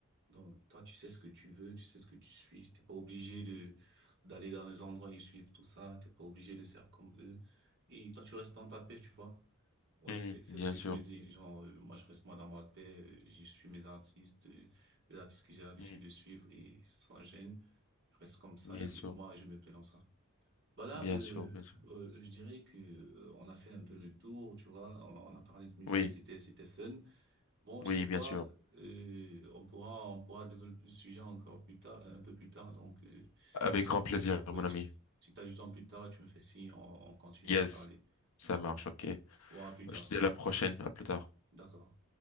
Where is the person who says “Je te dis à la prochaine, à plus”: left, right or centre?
Left